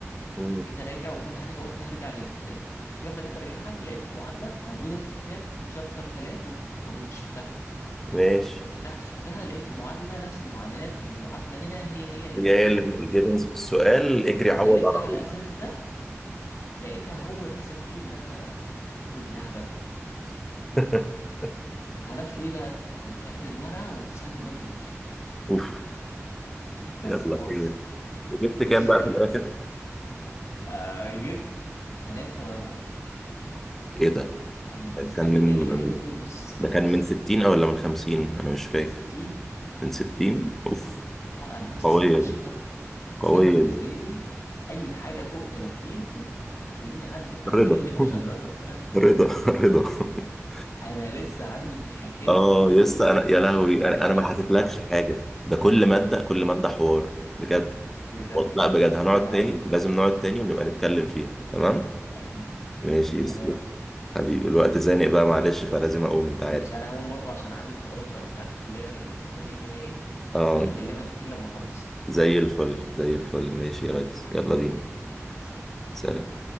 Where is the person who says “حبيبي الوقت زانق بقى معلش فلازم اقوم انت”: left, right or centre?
Centre